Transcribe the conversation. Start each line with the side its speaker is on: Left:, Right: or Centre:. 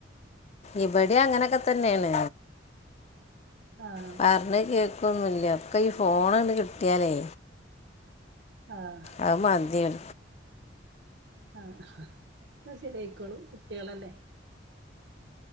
Left: ഇവടേം അങ്ങനെക്കെ തന്നെണ്
Right: ആഹ്
Left: പർ ഞ്ഞാ കേക്കോ ക്കുന്നില്ലാ ഒക്കെ ഈ ഫോണ ണ്ട് കി ടിയാലേ
Right: ആഹ്
Left: ആ വ് മതി <inaudible>
Right: ആഹ കെ ശരിയായിക്കോളും കുട്ട്യാ ളല്ലേ